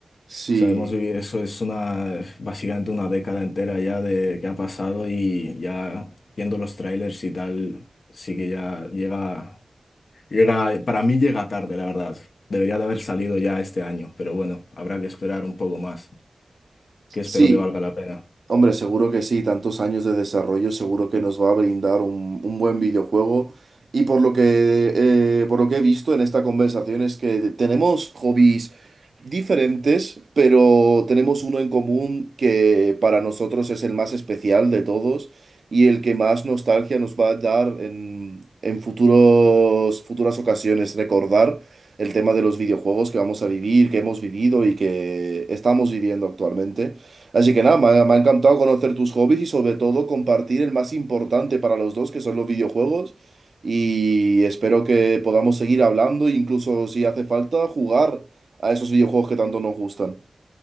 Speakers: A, on the right (about 65°); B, on the left (about 80°).
A: sí,
B: Sabemos vivir, eso es una, básicamente una década entera ya de que ha pasado y ya viendo los trailers y tal, sí que ya llega. Llega, para mí llega tarde, la verdad. Debería de haber salido ya este año, pero bueno, habrá que esperar un poco más, que espero
A: sí.
B: que valga la pena.
A: Hombre, seguro que sí, tantos años de desarrollo seguro que nos va a brindar un, un buen videojuego. Y por lo que, eh, por lo que he visto en esta conversación es que tenemos hobbies diferentes, pero tenemos uno en común que para nosotros es el más especial de todos y el que más nostalgia nos va a dar en, en futuros, futuras ocasiones. Recordar el tema de los videojuegos que vamos a vivir, que hemos vivido y que estamos viviendo actualmente. Así que nada, me ha, me ha encantado conocer tus hobbies y sobre todo compartir el más importante para los dos, que son los videojuegos. Y espero que podamos seguir hablando e incluso si hace falta jugar a esos videojuegos que tanto nos gustan.